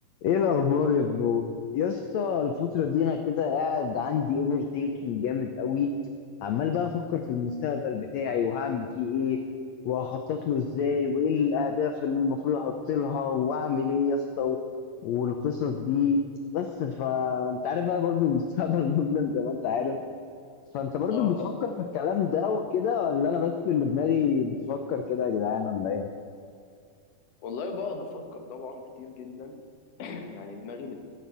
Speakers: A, on the left (about 85°); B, on the left (about 55°).
A: ايه الاخبار يا برو يا اسطى الفتره دي انا كده قاعد عندي اوفر ثينكينج جامد قوي عمال بقى افكر في المستقبل بتاعي وهعمل فيه ايه وهخطط له ازاي وايه الاهداف اللي المفروض احط لها واعمل ايه يا اسطى و- والقصص دي بس فانت عارف بقى برضو المستقبل <laughs> مظلم زي ما انت عارف فانت برضو
B: اه
A: بتفكر في الكلام ده وكده ولا انا بس اللي دماغي بتفكر كده يا جدعان ولا ايه
B: والله بقعد افكر طبعا كتير جدا <clears throat> يعني دماغي بت